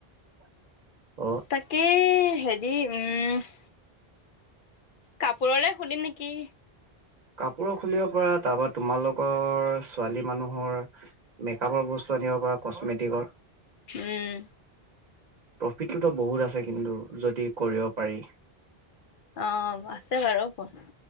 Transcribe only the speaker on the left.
তাকে হেৰি উম কাপোৰৰে খুলিম নেকি?
উম।
অ আছে বাৰু প